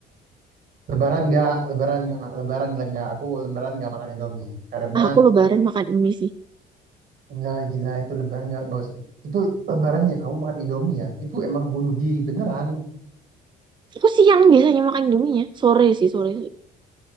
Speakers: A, on the right; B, on the right.
A: Lebaran nggak, lebaran nggak, lebaran nggak. Aku lebaran nggak makan Indomie. Karena
B: Ah, aku Lebaran makan Indomie sih.
A: nggak gila itu lebaran nggak, nggak usah. Itu lebaran ya kamu makan Indomie ya. Itu emang bunuh diri beneran.
B: Aku siang biasanya makan Indominya, sore sih sore